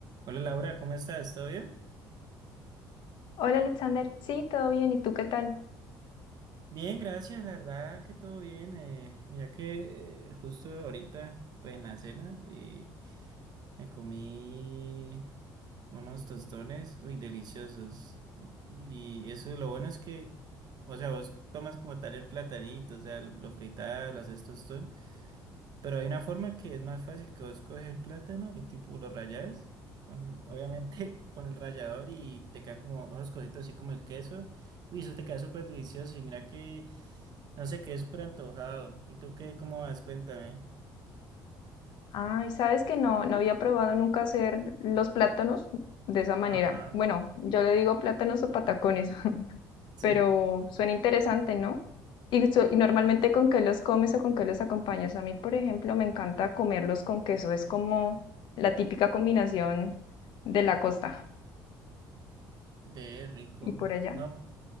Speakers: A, on the right (about 55°); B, on the left (about 70°).
A: Hola Laura, ¿cómo estás? ¿Todo bien?
B: Hola Alexander, sí, todo bien, ¿y tú qué tal?
A: Bien, gracias, la verdad que todo bien. eh, mira que eh, justo ahorita, pues en la cena, eh, me comí unos tostones, uy, deliciosos. Y eso lo bueno es que, o sea, vos tomas como tal el platanito, o sea, lo, lo fritas, lo haces tostón. Pero hay una forma que es más fácil que vos coges el plátano y tipo lo rayas, con- obviamente <laughs> con el rallador y te quedan como esos cositos así como el queso. Uy, eso te queda súper delicioso y mira que, no sé, quedé súper antojado. ¿Y tú qué, cómo vas? Cuéntame.
B: Ay, sabes que no, no había probado nunca hacer los plátanos de esa manera.
A: Ajá,
B: Bueno, yo le digo plátanos o patacones, <laughs>
A: sí,
B: pero suena interesante, ¿no? Y, so- y normalmente con qué los comes o con qué los acompañas. A mí, por ejemplo, me encanta comerlos con queso, es como la típica combinación de la costa
A: ve rico.
B: y por allá.
A: No,